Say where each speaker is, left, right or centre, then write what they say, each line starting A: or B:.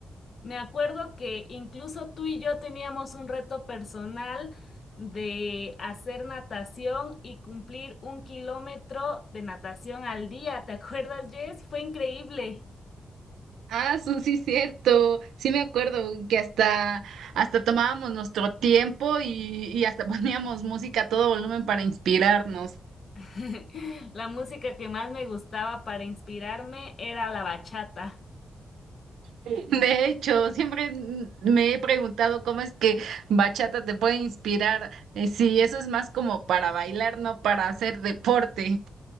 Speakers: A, on the left; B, on the right.
A: Me acuerdo que incluso tú y yo teníamos un reto personal de hacer natación y cumplir un kilómetro de natación al día. ¿Te acuerdas, Jess? Fue increíble.
B: Ah, su- sí, cierto. Sí me acuerdo que hasta, hasta tomábamos nuestro tiempo y, y hasta <laughs> poníamos música a todo volumen para inspirarnos.
A: <laughs> La música que más me gustaba para inspirarme era la bachata.
B: De hecho, siempre me he preguntado cómo es que bachata te puede inspirar, eh, si eso es más como para bailar, no para hacer deporte.